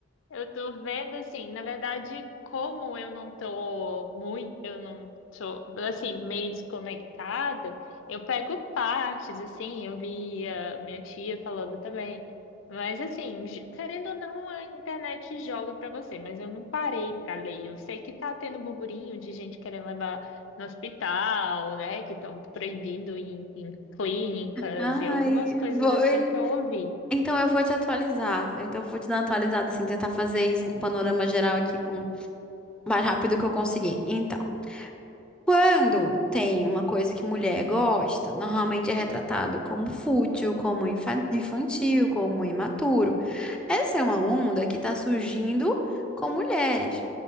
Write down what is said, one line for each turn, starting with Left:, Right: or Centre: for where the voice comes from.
Left: Eu tô vendo assim, na verdade, como eu não tô muito, eu não tô assim, meio desconectada, eu pego partes, assim, eu vi a minha tia falando também. Mas assim, j- querendo ou não, a internet joga pra você, mas eu não parei pra ler. Eu sei que tá tendo burburinho de gente querendo levar no hospital, né? Que estão proibindo em, em clínicas
Centre: Ai,
Left: e algumas coisas
Centre: vou...
Left: assim que eu ouvi.
Centre: Então eu vou te atualizar. Então eu vou te dar uma atualizada, assim, tentar fazer isso, um panorama geral aqui com o mais rápido que eu conseguir. Então. Quando tem uma coisa que mulher gosta, normalmente é retratado como fútil, como infa- infantil, como imaturo. Essa é uma onda que está surgindo com mulheres,